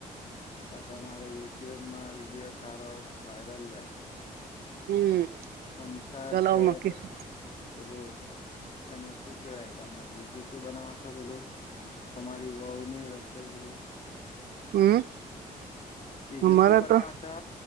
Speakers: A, on the left; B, on the right.
A: તો તમારો યુટ્યુબમાં વિડીયો સારો વાયરલ જાય.
B: હમ.
A: કંસાર
B: ચલાવ
A: છે
B: મૂકીશું
A: પછી પેલું એને શું કેવાય તમે બીજું શું બનાવો છો પેલું. તમારી વહ ની રસોઈ પેલુ
B: હમ.
A: બીજું
B: અમારે
A: શું બનાવ
B: તો
A: છો?